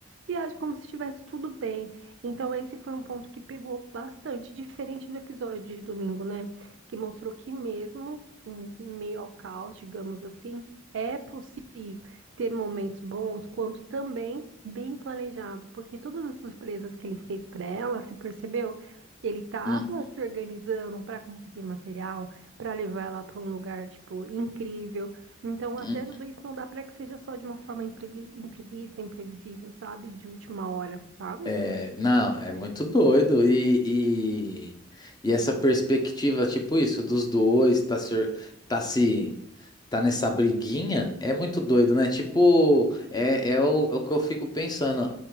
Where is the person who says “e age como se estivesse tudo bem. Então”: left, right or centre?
Right